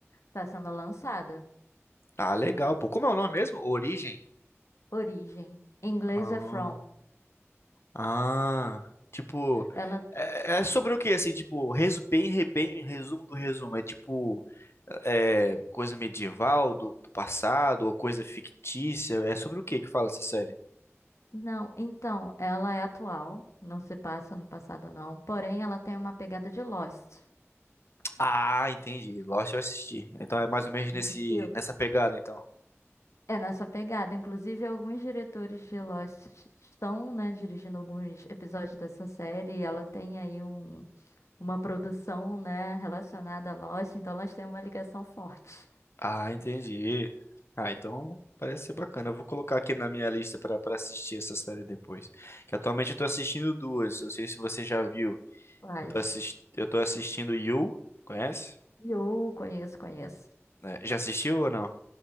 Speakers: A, on the left; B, on the left.
A: tá sendo lançada.
B: Ah, legal, pô. Como é o nome mesmo? Origem?
A: Origem. Em inglês
B: Ah.
A: é From.
B: Ah, tipo,
A: Ela.
B: é, é sobre o que assim, tipo, resu bem, re- bem, resumo do resumo, é tipo é, coisa medieval do, do passado ou coisa fictícia, é sobre o que que fala essa série?
A: Não, então, ela é atual, não se passa no passado não, porém ela tem uma pegada de Lost.
B: Ah, entendi. Lost eu assisti. Então é mais ou menos nesse
A: Assistiu?
B: nessa pegada então.
A: É nessa pegada, inclusive alguns diretores de Lost estão, né, dirigindo alguns episódios dessa série e ela tem aí um, uma produção, né, relacionada a Lost, então elas têm uma ligação forte.
B: Ah, entendi. Ah, então parece ser bacana. Eu vou colocar aqui na minha lista pra para assistir essa série depois. Que atualmente eu tô assistindo duas. Eu sei se você já viu.
A: Mas
B: Eu tô assist... eu tô assistindo You, conhece?
A: eu conheço, conheço.
B: né? Já assistiu ou não?